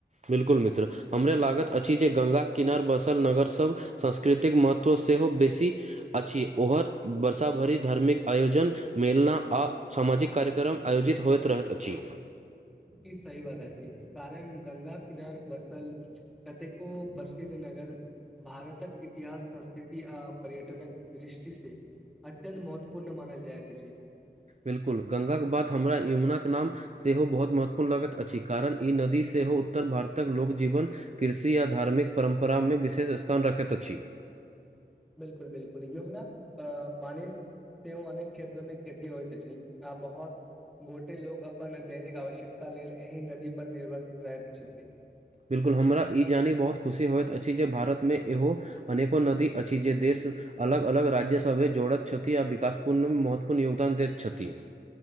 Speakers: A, on the right; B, in the centre.
A: बिल्कुल मित्र हमरा लागत अछि जे गंगा किनार बसल नगर सब संस्कृतिक महत्व सेहो बेसी अछि ओहर वर्षाभरि धार्मिक आयोजन मेलना आ सामाजिक कार्यक्रम आयोजित होइत रहत अछि
B: ई सही बात अछि कारण गंगा किनार बसल कतेको प्रसिद्ध नगर भारतक इतिहास संस्कृति आ पर्यटटक दृष्टि से अत्यन्त महत्वपूर्ण मानल जायत अछि
A: बिल्कुल गंगाक बाद हमरा यमुनाक नाम सेहो बहुत महत्वपूर्ण लगैत अछि कारण ई नदी सेहो उत्तर भारतक लोक जीवन कृषि आ धार्मिक परम्परामे विशेष स्थान राखैत अछि
B: बिलकुल बिलकुल यमुनाक पानीस सेहो अनेक क्षेत्र मे खेती होइत अछि आ बहुत गोटे लोक अपन दैनिक आवश्यकता लेल एहि नदी पर निर्भर रहैत छथि
A: बिलकुल हमरा ई जानी बहुत खुशी होइत अछि जे भारतमे इहो अनेको नदी अछि जे देश अलग अलग राज्य सभे जोड़ैत छथि आ विकास पूर्ण महत्वपूर्ण योगदान दैत छथि